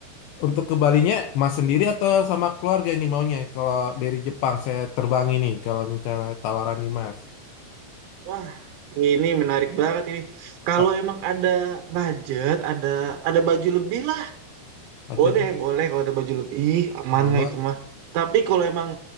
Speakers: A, on the left; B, on the right.
A: untuk ke Balinya Mas sendiri atau sama keluarga ini maunya? Kalau dari Jepang saya terbang ini kalau misalnya tawaran nih Mas.
B: Wah, ini menarik banget ini. Kalau
A: A-
B: emang ada budget, ada ada baju lebih lah.
A: Aja
B: Boleh, boleh kalau ada baju lebih, aman
A: oh,
B: lah itu mah. Tapi kalau emang